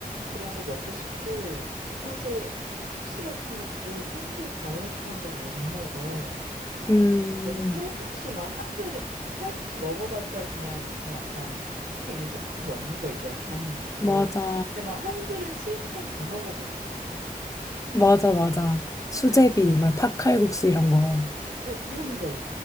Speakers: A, on the right; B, on the left.
A: 그런 거 먹고 싶고 사실 그 국수 같은 것도 평소에 다이어트 한다고 못 먹어.
B: 음,
A: 그래서 칼국수 막 한 그릇 칼국수 먹어봤자 그냥 이렇게 약간 3분의 1 접수 <laughs> 먹는 거 있잖아. 반 먹고.
B: 맞아.
A: 근데 막 한 그릇 실컷 다 먹어보고 싶어.
B: 맞아, 맞아. 수제비,
A: 그치?
B: 막 팥칼국수 이런 거.
A: 뭐 그런 거